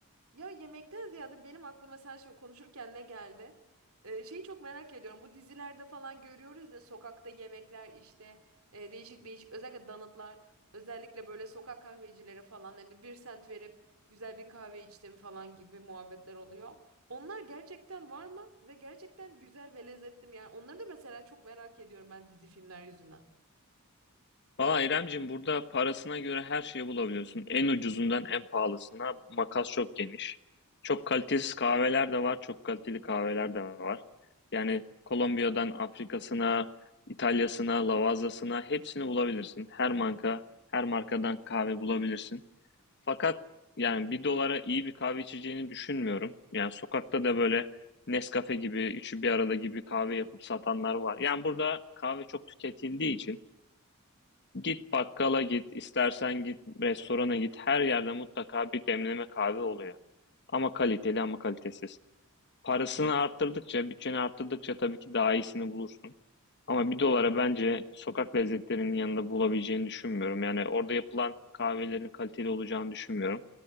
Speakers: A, on the right (about 70°); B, on the left (about 50°).
A: Ya yemekten ziyade benim aklıma sen şimdi konuşurken ne geldi? Ee, şeyi çok merak ediyorum. Bu dizilerde falan görüyoruz ya sokakta yemekler işte e, değişik değişik özellikle donutlar özellikle böyle sokak kahvecileri falan hani bir sent verip güzel bir kahve içtim falan gibi muhabbetler oluyor. Onlar gerçekten var mı? Ve gerçekten güzel ve lezzetli mi? Yani onları da mesela çok merak ediyorum ben dizi filmler yüzünden.
B: Valla İremcim burada parasına göre her şeyi bulabiliyorsun. En ucuzundan en pahalısına makas çok geniş. Çok kalitesiz kahveler de var, çok kaliteli kahveler de var. Yani Kolombiya'dan Afrika'sına, İtalya'sına, Lavaza'sına hepsini bulabilirsin. Her marka, her markadan kahve bulabilirsin. Fakat yani bir dolara iyi bir kahve içeceğini düşünmüyorum. Yani sokakta da böyle Nescafe gibi, üçü bir arada gibi kahve yapıp satanlar var. Yani burada kahve çok tüketildiği için git bakkala git, istersen git restorana git. Her yerde mutlaka bir demleme kahve oluyor. Ama kaliteli ama kalitesiz. Parasını arttırdıkça, bütçeni arttırdıkça tabii ki daha iyisini bulursun. Ama bir dolara bence sokak lezzetlerinin yanında bulabileceğini düşünmüyorum. Yani orada yapılan kahvelerin kaliteli olacağını düşünmüyorum.